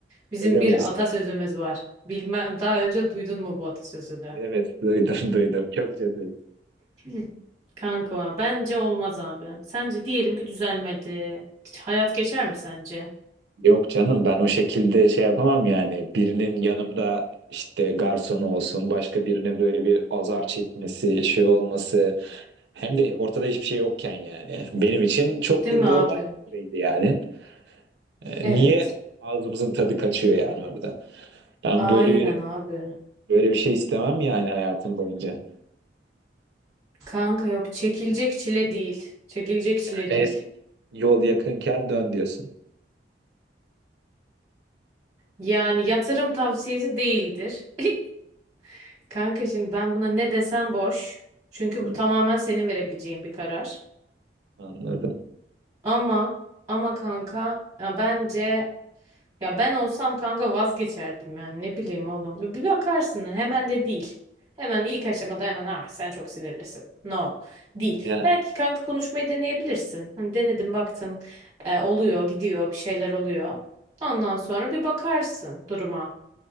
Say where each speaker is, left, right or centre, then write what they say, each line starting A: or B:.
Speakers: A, on the right; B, on the right.
A: Bizim
B: Öyle
A: bir
B: mi? diyorsun?
A: atasözümüz var. Bilmem daha önce duydun mu bu atasözünü?
B: Evet duydum <laughs> duydum. Çok duydum.
A: <clears throat> Kanka bence olmaz abi. Sence diyelim ki düzelmedi. Hayat geçer mi sence?
B: Yok canım ben o şekilde şey yapamam yani. Birinin yanımda işte garsonu olsun başka birine böyle bir azar çekmesi şey olması. Hem de ortada hiçbir şey yokken yani. Benim için çok
A: Değil
B: normal
A: mi abi?
B: bir süreydi yani. Ee,
A: Evet.
B: niye ağzımızın tadı kaçıyor yani orada? Ben
A: Aynen
B: böyle bir,
A: abi.
B: böyle bir şey istemem yani hayatım boyunca.
A: Kanka yok çekilecek çile değil. Çekilecek çile
B: Yani
A: değil.
B: yol yakınken dön diyorsun.
A: Yani yatırım tavsiyesi değildir. <laughs> Kanka şimdi ben buna ne desem boş. Çünkü
B: Evet.
A: bu tamamen senin verebileceğin bir karar.
B: Anladım.
A: Ama ama kanka ya bence Ya ben olsam kanka vazgeçerdim yani ne bileyim oğlum. Bir bir bakarsın hemen de değil. Hemen ilk aşamada hemen ah sen çok sinirlisin. No değil.
B: Yani
A: Belki kanka konuşmayı deneyebilirsin. Hani denedin baktın e, oluyor gidiyor bir şeyler oluyor. Ondan sonra bir bakarsın duruma.